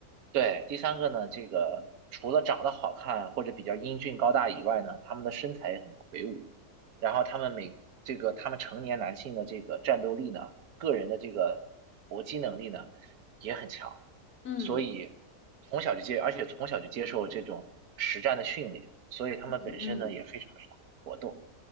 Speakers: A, on the right; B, on the left.
A: 对，第三个呢，这个除了长得好看或者比较英俊高大以外呢，他们的身材也很魁梧，然后他们每这个他们成年男性的这个战斗力呢，个人的这个搏击能力呢也很强，
B: 嗯
A: 所以从小就接，而且从小就接受这种实战的训练，所以他们本身呢也非常善于搏斗。
B: 嗯嗯，